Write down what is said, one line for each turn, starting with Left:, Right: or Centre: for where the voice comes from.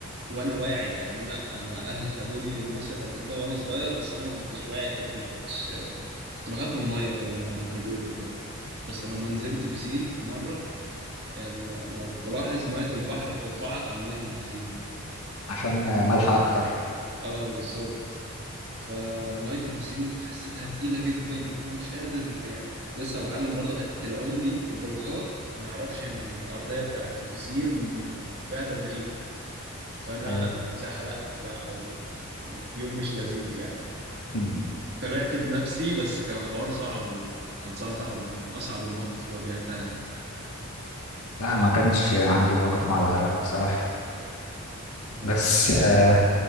Right: وأنا واعي يعني أنا أنا أهلي خدوني مصيف قبل كده وأنا صغير بس أنا ما كنتش واعي الحتة ما كنتش كنت بخاف من الميه في العموم هما كانوا بيقولوا لي كده بس لما
Left: مم.
Right: نزلت بسين في مره ال- لو تلاحظ ميه البحر بترفعك عن ميه البسين
Left: عشان ملحق اكتر
Right: اه بالظبط فميه البسين حسيتها تقيله جدا وانا مش قادر يعني كنت لسه بتعلم برضو حته العوم دي وبالغلط ما اعرفش ان الارضيه بتاعت البسين م- م- فيها تدريج فانا
Left: ايوه
Right: زحلقت بقى وكان يوم مش لذيذ يعني
Left: <laughs> مم.
Right: طلعت بنفسي بس كان حوار صعب وكان صعب صعب من اصعب المواقف اللي واجهتها
Left: لا ما كانش عندي مواقف مع الغرق بصراحه
Right: يعني.
Left: بس آه،